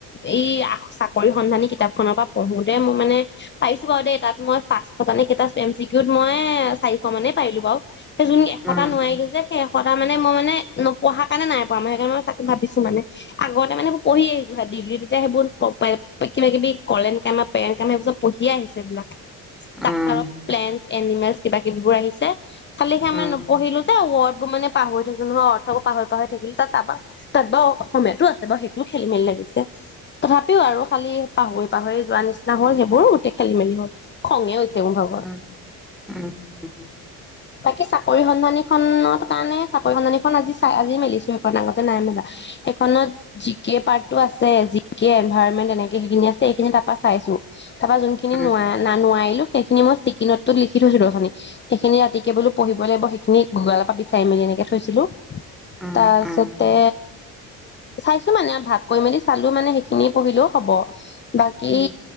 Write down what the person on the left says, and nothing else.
এই চাকৰি সন্ধানী কিতাপ খনৰ পৰা পঢ়োতে মই মানে পাইছো বাৰু দেই তাত মই পাঁচটান ক এম চউত মই চাৰিটা মানে পাইলো বাৰু সেই যোন এশতা
নোৱাৰিলো যে সেই সটা মানে মই মানে ন পঢ়াৰ কাৰণে নাই প় ম সেইকাৰণে মই তাকি ভিছো মানে আগতে মানে পঢ়ি আহিছো ডিগ্ৰী তেতিয়া সেইবোৰ কিবা কিবি কলেন কামাৰ পেৰেণ্ট কাম সবোৰ চব পঢ়িয়ে আহিছো এইবিলাক ষ্ট্ৰাকচাৰ
অ প্লেন এনিমেলছ কিবা বোৰ আহিছে কালি সি আমে
পঢিলো যে ওড মানে পাহৰি থাকিল নহয় অৰ্থ পাহৰি পাহৰি থাকিলো তাত আৰু তাত বাৰ অসমীয়াতো আছে বাৰু সেইটোও খেলি মেলি লাগিছে তথাপিও আৰু খালি পাহৰি পাহৰি যোৱা নিচিনা হল সেইবোৰ গোটেই খেলি মেলি হল খঙে ভাব
বাকি চাক‌ পৰিসন্ধানীখনত তানে চাকৰি সন্ধানীখন আজি চাই আজি মেলিছো সেইখন আগতে নাই মেলা সেইখনত জিকে পাৰ্টটো আছে যি কে এনভাইৰনমেন্ট এনেকে সেইখিনি আছে সেইখিনি তাৰ পৰা চাইছো তথা যোনখিনি
ন নোৱাৰিলো সেইখিনি মই চিকিনত লিখি থৈছিলোখি সেইখিনি ৰাতি বোলো পঢ়িব লাগিব সেইখিনি গুগলৰ পৰা বিচাৰি মেলি এনেকে থৈছিলো
তাৰ
পিছতে চাইছো মানে ভাগ কৰি মেলি চালো মানে সেইখিনি পঢ়িলেও হব বাকী